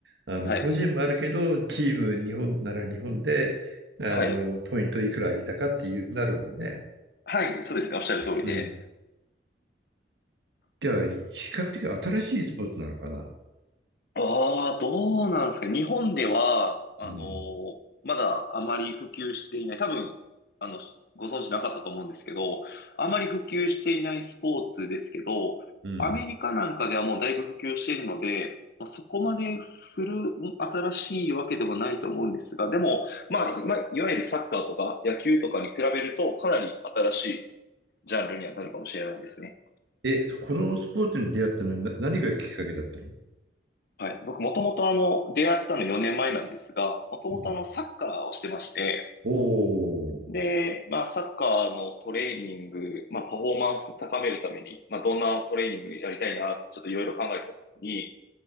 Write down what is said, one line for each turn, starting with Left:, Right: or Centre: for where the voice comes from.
Right: あの、
Left: はい。
Right: 個人もあるけど、チーム、日本なら日本で、あの、
Left: はい。
Right: ポイントいくら上げたかっていうなるもんね。
Left: はい、そうですね。おっしゃる通りで。
Right: うん。じゃあ、比較的新しいスポーツなのかな。
Left: ああ、どうなんですか。日本では、あのーまだあまり普及していない。
Right: うん。
Left: 多分、あの、ご存知なかったと思うんですけど、あまり普及していないスポーツですけど、
Right: うん。
Left: アメリカなんかではもうだいぶ普及しているので、まあ、そこまで古、ん新しいわけではないと思うんですが、でも、まあ、まあ、いわゆるサッカーとか野球とかに比べると、かなり新しいジャンルにはなるかもしれないですね。
Right: え、このスポーツに出会ったのにな何がきっかけだったの
Left: はい。僕、もともとあの、出会ったの4年前なんですが、もともとあの、
Right: うん。
Left: サッカーをしてまして、
Right: おお
Left: で、まあ、サッカーのトレーニング、まあ、パフォーマンス高めるために、まあ、どんなトレーニングやりたいな、ちょっといろいろ考えたときに、